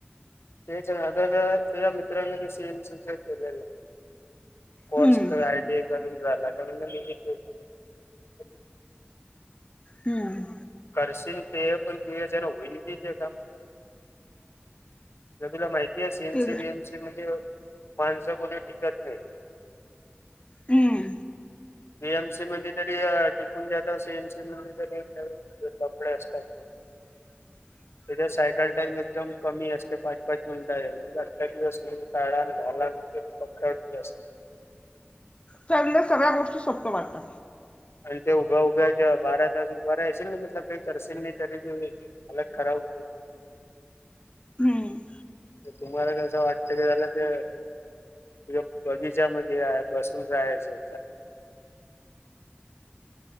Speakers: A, on the left; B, on the left.
A: तेचं दादानं आणि त्याच्या मित्रांन सी एम सी केलेल आहे. कोर्स
B: हम्म.
A: तर आय टी आय करून राहिला मी. <inaudible>
B: हम्म.
A: करशील ते पण, तुझ्याच्यांन होई ते तर काम. तर तुला माहिती आहे सी एन
B: ते
A: सी, व्ही एम सी मध्ये माणसं कोणी टिकत नाही.
B: हम्म.
A: व्ही एम सी मध्ये तरी टिकून द्याात सी एन सी मध्ये लपडे असतात.
B: <inaudible>
A: तिथे सायकल टाइम एकदम कमी असते पाच, पाच मिनिटाला <unintelligible> काढा आणि घाला. तरी पण काढून घ्या असं.
B: चरल्या सगळ्या गोष्टी सोप्या वाटतात.
A: आणि ते उभ्या-उभ्या आहेत बारा तास उभा राहाशील ना, <inaudible> करशल नाही तरी अलग खराब.
B: हम्म.
A: तुम्हाला जसं वाटत क झाला ते तुझ्या बगीचामध्ये आहे, बसून राहायचं.